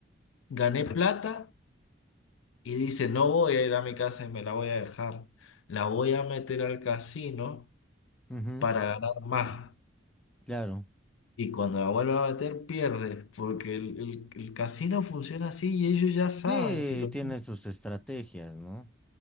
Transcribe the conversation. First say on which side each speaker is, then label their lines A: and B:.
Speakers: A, on the left; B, in the centre.
A: gané plata Y dice, no voy a ir a mi casa y me la voy a dejar. La voy a meter al casino
B: Ujú,
A: para ganar más.
B: Claro.
A: Y cuando la vuelva a meter, pierde, porque el, el- el casino funciona así y ellos ya saben
B: Sí,
A: si lo...
B: tiene sus estrategias, ¿no?